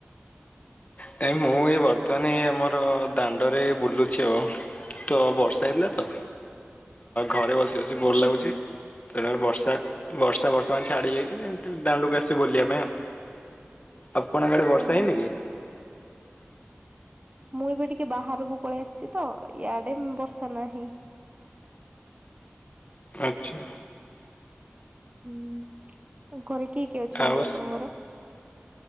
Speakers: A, on the left; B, on the right.
A: କାଇଁ ମୁଁ ଏଇ ବର୍ତ୍ତମାନ ଏଇ ଆମର ଦାଣ୍ଡରେ ବୁଲୁଚି ଆଉ ତ ବର୍ଷା ହେଇଥିଲା ତ ଘରେ ବସି ବସି ବୋର
B: ଉଁ
A: ଲାଗୁଚି।
B: ହୁଁ।
A: ତେଣୁ ବର୍ଷା ବର୍ଷା ବର୍ତ୍ତମାନ ଛାଡି ଯାଇଛି ଏମିତି ଦାଣ୍ଡୁକୁ ଆସିଛି ବୁଲିବା ପାଇଁ ଆଉ। ଆପଣଙ୍କ ଆଡେ ବର୍ଷା
B: ଓହୋ
A: ହେଇନି କି?
B: ମୁଁ ଏବେ ଟିକେ ବାହାରକୁ ପଳେଇ ଆସିଛି ତ ଇଆଡେ ବର୍ଷା ନାହିଁ।
A: ଆଚ୍ଛା
B: ହୁଁ ଆଉ ଘରେ କିଏ କିଏ ଅଛନ୍ତି
A: ଆଉ
B: ଆପଣଙ୍କର।